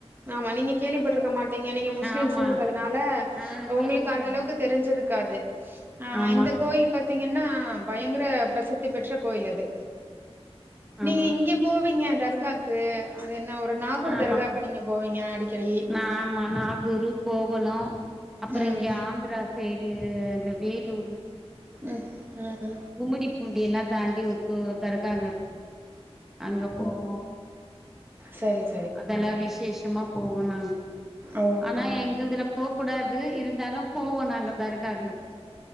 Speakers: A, on the right (about 20°); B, in the centre.
A: ஆமா நீங்க கேள்விப்பட்டுருக்க மாட்டீங்க நீங்க முஸ்லிம்ஸுங்கரதுனால
B: ஆமா ஆ
A: உங்களுக்கு
B: கேள்விப்பட்ல
A: அந்த அளவுக்கு தெரிஞ்சிருக் காது அ
B: ஆமா
A: இந்த கோயில் பத்தீங்கன்னா பயங்குர பிரசித்தி பெற்ற கோயில் அது நீங்க
B: ஆமா
A: இங்க போவிங்க தர்காக்கு அது என்னா ஊரு நாகூர்
B: ஆமா
A: தர்காக்கு நீங்க போவிங்க அடிக்கடி
B: நா ஆமா நாகூரு போகலு அப்புற
A: ம்
B: இங்க ஆந்திரா சைடு இந்த வேலூரு
A: ம் அ அ
B: கும்முடிபூண்டி எல்லா தாண்டி ஒரு கு தர்கா அங்க இருக் அங்க போவோ
A: சரிஸ்
B: அதல்லா விசேஷமா போவோ நாங்க
A: ஓ
B: ஆன எங் இல்துல போக்கூடாது இருந்தாலு போவோ நாங்க தர்காங்ளுக்கு